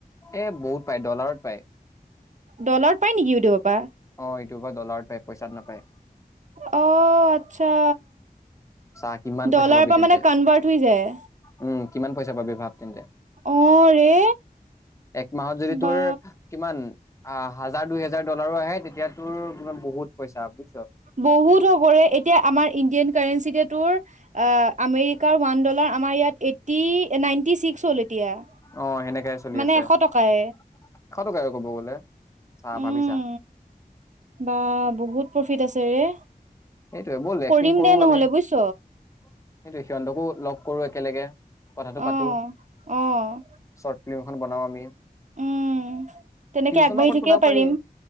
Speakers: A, on the left; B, on the right.
A: এ বহুত পায় ডলাৰত পায়।
B: ডলাৰত পাই নেকি ইউটিউবৰ পৰা?
A: অ এইটোৰ পা ডলাৰত পায় পইচাত নাপায়।
B: অ আচ্ছা।
A: চা কিমান
B: ডলাৰৰ
A: পইচা পাবি
B: পৰা
A: তেন্তে
B: মানে কনভাৰ্ট হৈ যায়।
A: উম, কিমান পইচা পাবি ভাৱ তেন্তে।
B: অ' ৰে
A: এক মাহত যদি
B: বা
A: তোৰ কিমান অ হাজাৰ দুই হাজাৰ ডলাৰো আহে তেতিয়াতো মানে বহুত পইচা। বুজিছ
B: বহুত হ'বৰে। এতিয়া আমাৰ ইণ্ডিয়ান কাৰেঞ্চি এতিয়া তোৰ অ আমেৰিকাৰ ওৱান ডলাৰ আমাৰ ইয়াত এইতটি নাইনটি ছিক্স হ'ল এতিয়া।
A: অ' সেনেকাই চলি
B: মানে
A: আছে।
B: এশ
A: এশ
B: টকাই
A: টকাই আৰু কব গলে। চা
B: উম
A: ভাবিছা।
B: বা বহুত প্ৰফিট আছে ৰে।
A: সেইটোৱে, বল এক্টিং
B: কৰিম
A: কৰো
B: দে নহ'লে
A: আমি সেইটোৱে
B: বুজিছ
A: সিহঁতকো লগ কৰো একেলগে। কথাটো পাতো
B: অ' অ'
A: চৰ্ট ফিল্ম এখন বনাও আমি।
B: উম। তেনেকে
A: টিউচনৰ
B: আগবাঢ়ি
A: ওপৰত
B: থাকিব
A: বনাব
B: পাৰিম
A: পাৰি,